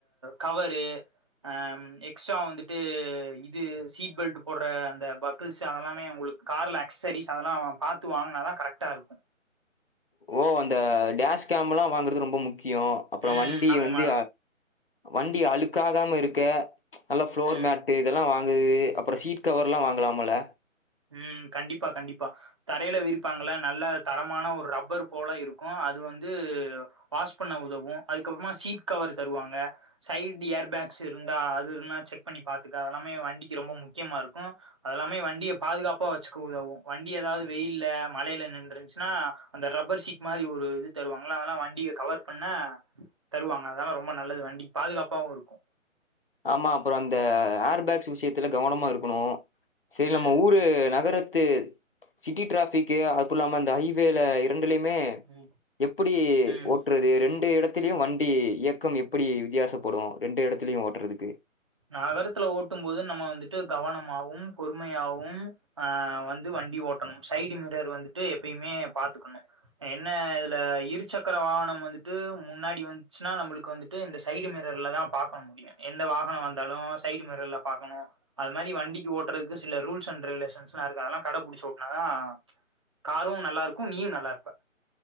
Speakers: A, on the right; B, on the left.
A: கவரு ஆம் எக்ஸ்ட்டா வந்துட்டு இது சீட் பெல்டு போட்ற அந்த பக்கள்ஸு அதெல்லாமே உங்களுக்கு கார்ல அகஸஸரிஸ் அதெல்லாம் பார்த்து வாங்குனாலும் தா கரெக்டாக இருக்கு
B: ஓ அந்த டேஷ் கேம்ல்லாம் வாங்குறது ரொம்ப முக்கியம் அப்புறம்
A: ம்
B: வண்டி
A: ஆமாமா
B: வந்து வண்டி அழுக்காகாம இருக்க நல்ல ப்ளோர்
A: ம்
B: மேட்டு இதெல்லாம் வாங்கு அப்புறம் சீட் கவர்ல்லாம் வாங்கலாம்ல
A: உம் கண்டிப்பா கண்டிப்பா தரையில விரிப்பாங்கள நல்ல தரமான ஒரு ரப்பர் போல இருக்கும் அது வந்து வாஷ் பண்ண உதவும் அதுக்கப்புறமா சீட் கவர் தருவாங்க சைட் ஏர் பேக்ஸ் இருந்தா அதுல்லா செக் பண்ணி பாத்துக்க அதெல்லாமே வண்டிக்கு ரொம்ப முக்கியமா இருக்கும் அதெல்லாமே வண்டி பாதுகாப்பா வச்சுக்க உதவும் வண்டி ஏதாவது வெயில்ல மழையில நின்றுச்சுன்னா அந்த ரப்பர் சீட் அந்த மாதிரி ஒரு இது தருவாங்கள அதெல்லாம் வண்டிய கவர் பண்ண தருவாங்க அதெல்லா ரொம்ப நல்லது வண்டிக்கு பாதுகாப்பாகவு இருக்கு
B: ஆமா அப்பறோ அந்த ஏர் பேக்ஸ் விஷயத்துல கவனமா இருக்கணு சரி
A: ம்
B: நம்ம ஊரு நகரத் து சிட்டி டிராபிக் அப்புல்லாம அந்த ஹைவேல இரண்டுலயுமே
A: ம்
B: எப்டி
A: ம்
B: ஓட்டுறது ரெண்டு இடத்திலயு வண்டி இயக்கம் எப்படி வித்தியாச ப்படு ரெண்டு இடத்துலயையும ஓட்றதுக்கு
A: நகரத்துல ஓட்டும் போது நம்ம வந்துட்டு கவனமாவும் பொறுமையாவும் ஆஹ் வந்து வண்டி ஓட்டணும் சைடு மிரர் வந்துட்டு எப்பயுமே பாத்துக்கணு என்ன இதுல இருசக்கர வாகனம் வந்துட்டு முன்னாடி வந்துச்சுன்னா நம்மளுக்கு வந்து ட்டு இந்த சைடு மிரர்ல தான் பாக்க முடியு எந்த வாகனம் வந்தாலும் சைடு மிரர்ல பாக்கணு அது மாரி வண்டிக்கு ஓட்றதுக்கு சில ரூல்ஸ் அண்ட் ரெகுலேஷன்ஸ்ல்லா இருக்கு அதெல்லா கடை புடிச்ச ஒட்னாதா காரு நல்லா இருக்கு நீயும் நல்லா இருப்ப